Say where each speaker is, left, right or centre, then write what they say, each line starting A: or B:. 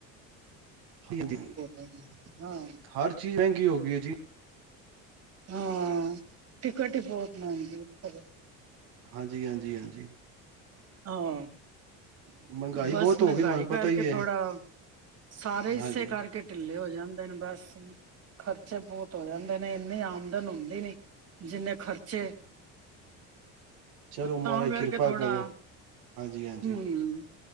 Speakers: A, on the right; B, on the right.
A: ਕੀ ਕਹਿੰਦੇ
B: ਆ ਹਾਂ
A: ਹਰ ਚੀਜ਼ ਮਹਿੰਗੀ ਹੋ ਗਈ ਏ ਜੀ
B: ਹਾਂ ਟਿਕਟ ਬਹਤੋ ਮਹਿੰਗੀ ਉਪਰ
A: ਹਾਂਜੀ ਹਾਂਜੀ ਹਾਂਜੀ
B: ਆਹ
A: ਮਹਿੰਗਾਈ
B: ਬਸ
A: ਬਹੁਤ
B: ਮਹਿੰਗਾਈ
A: ਹੋ ਗਈ ਤੁਹਾਨੂੰ
B: ਕਰਕੇ
A: ਪਤਾ ਹੀ ਹੈ
B: ਲੋਹੜਾ। ਸਾਰੇ
A: ਹਾਂਜੀ
B: ਏਸੇ ਕਰਕੇ ਟਿੱਲੇ ਹੋਏ ਜਾਂਦੇ ਨੇ ਬਸ ਖਰਚੇ ਬਹੋਤ ਹੋ ਜਾਂਦੇ ਨੇ ਇੰਨੀ ਆਮਦਨ ਹੁੰਦੀ ਨੀ ਜਿੰਨੇ ਖਰਚੇ
A: ਚਲੋ
B: ਤਾ
A: ਮਹਾਰਾਜ
B: ਕਰਕੇ
A: ਕਿਰਪਾ
B: ਥੋੜਾ
A: ਕਰੇ ਹਾਂਜੀ ਹਾਂਜੀ
B: ਹਮ